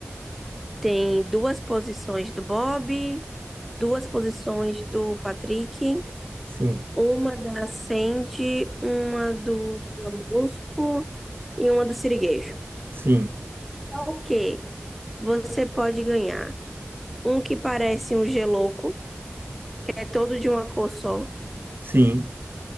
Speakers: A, in the centre; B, on the right.
A: tem duas posições do Bob, duas posições do Patrick
B: sim,
A: Uma da Sandy, uma do Lula Molusco e uma do Siriguejo.
B: sim,
A: O que você pode ganhar? Um que parece um geloco, que é todo de uma cor só,
B: sim.